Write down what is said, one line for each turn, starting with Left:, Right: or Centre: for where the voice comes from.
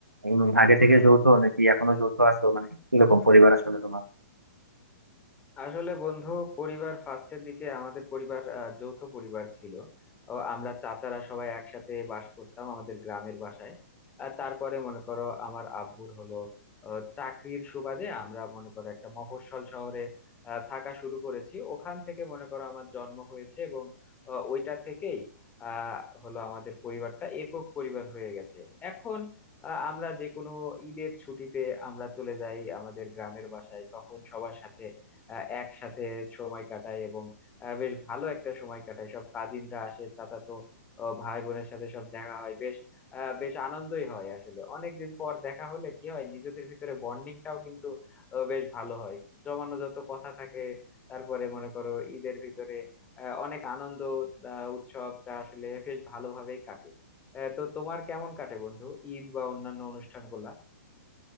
Right: এবং আগে থেকে যৌথ নাকি এখনো যৌথ আছো মানে কিরকম পরিবার আসলে তোমার
Left: আসলে বন্ধু পরিবার ফার্স্টের দিকে আমাদের পরিবার আহ, যৌথ পরিবার ছিল ও আমরা চাচারা সবাই একসাথে বাস করতাম আমাদের গ্রামের বাসায় আর তারপরে মনে করো আমার আব্বুর হলো আহ, চাকরির সুবাদে আমরা মনে করো একটা মফস্বল শহরে আহ, থাকা শুরু করেছি ওখান থেকে মনে করো আমার জন্ম হয়েছে এবং আহ, ওইটা থেকেই আহ হলো আমাদের পরিবারটা একক পরিবার হয়ে গেছে এখন আহ, আমরা যে কোনো ঈদের ছুটিতে আমরা চলে যাই আমাদের গ্রামের বাসায় তখন সবার সাথে আহ, একসাথে সময় কাটাই এবং আহ, বেশ ভালো একটা সময় কাটাই সব কাজিনরা আসে চাচাতো আহ, ভাই বোনের সাথে সব দেখা হয় বেশ আহ, বেশ আনন্দই হয় আসলে অনেকদিন পর দেখা হলে কি হয় নিজেদের ভিতরে বন্ডিংটাও কিন্তু আহ, বেশ ভালো হয় জমানো যত কথা থাকে তারপরে মনে করো ঈদের ভিতরে আহ, অনেক আনন্দ আহ, উৎসবটা আসলে বেশ ভালোভাবেই কাটে আহ, তো তোমার কেমন কাটে বন্ধু ঈদ বা অন্যান্য অনুষ্ঠানগুলা